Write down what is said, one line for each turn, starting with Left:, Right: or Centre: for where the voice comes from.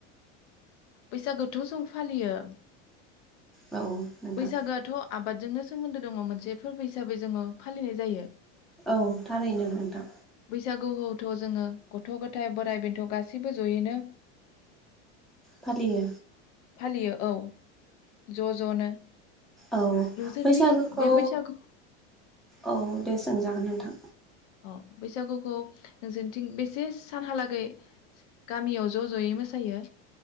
Left: बैसागोथ' जों फालियो
Centre: औ नोंथां
Left: बैसागोआथ' आबादजोंनो सोमोन्दो दङ मोनसे फोरबो हिसाबै जोङो फालिनाय जायो।
Centre: औ थारैनो नोंथां
Left: बैसागु होथ' जोङो गथ' गथाय बोराइ बेन्थ' गासैबो जयैनो
Centre: फालियो
Left: फालियो औ ज' ज'नो
Centre: औ
Left: नोंसोरथिं
Centre: बैसागोखौ
Left: बे बैसागुखौ
Centre: औ दे सोंजागोन नोंथां
Left: अ बैसागुखौ नोंसोरथिं बेसे सानहालागै गामियाव ज' ज'यै मोसायो